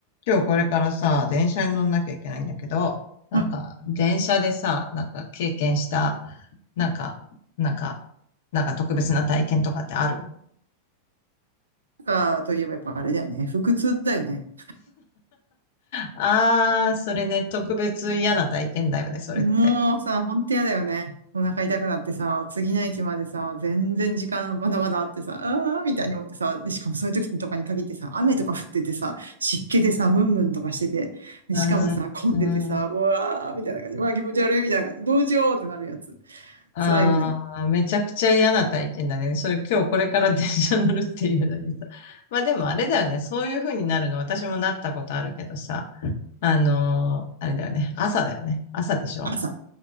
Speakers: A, on the left (about 55°); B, on the right (about 75°).
A: 今日これからさ、電車に乗んなきゃいけないんだけど、なんか、
B: なん
A: 電車でさ、なんか経験した、なんか、なんか、なんか特別な体験とかってある
B: か、といえばやっぱあれだよね。腹痛だよね。
A: あー、それね、特別嫌な体験だよね、それって。
B: もうさ、ほんと嫌だよね。お腹痛くなってさ、次の駅までさ、全然時間まだまだあってさ、あーみたいに思ってさ、で、しかもそういう時とかに限ってさ、雨とか降っててさ、湿気でさ、ムンムンとかしてて、で、
A: あ
B: しかもさ、混んでてさ、
A: ーん、うーん
B: うわーみたいな感じ、うわー気持ち悪いみたいな感じ、どうしようってなるやつ。
A: あーめちゃくちゃ嫌な体験だね。
B: 辛いよね。
A: それ今日これから電車乗るっていうのにさ。まあでもあれだよね、そういう風になるの私もなったことあるけどさ、あのーあれだよね、朝だよね。朝でしょ
B: 朝。